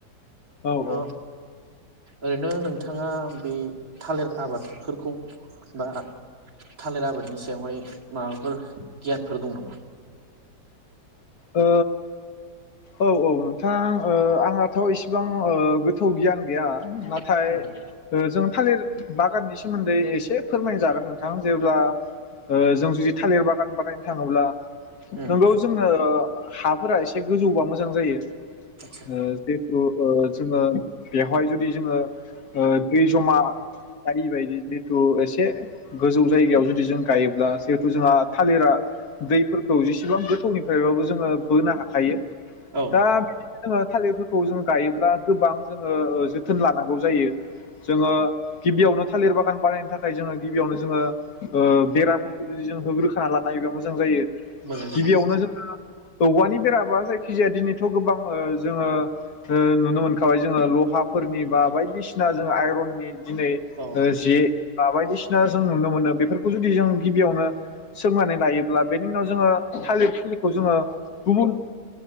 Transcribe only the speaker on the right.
थ'
ओरैनो नोंथाङा बे थालिर आबादफोरखौ बा थालिर आबादनि सायावहाय माबाफोर गियान फोर दं नामा?
नामा?
उम
आतसा
औ
मोजां जायो।
औ